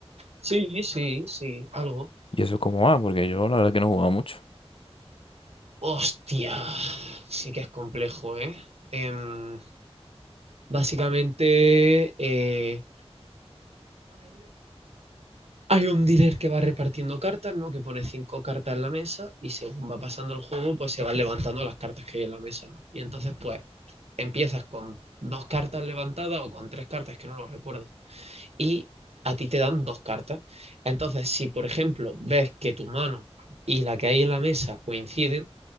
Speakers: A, on the right (about 70°); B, on the left (about 55°).
A: Sí, sí, sí, algo.
B: ¿Y eso cómo va? Porque yo la verdad que no jugaba mucho.
A: Hostia, sí que es complejo, ¿eh? Em, básicamente, eh, Hay un dealer que va repartiendo cartas, ¿no? Que pone cinco cartas en la mesa y según va pasando el juego, pues se van levantando las cartas que hay en la mesa, ¿no? Y entonces, pues, empiezas con dos cartas levantadas o con tres cartas, que no lo recuerdo. Y a ti te dan dos cartas. Entonces, si por ejemplo ves que tu mano y la que hay en la mesa coinciden,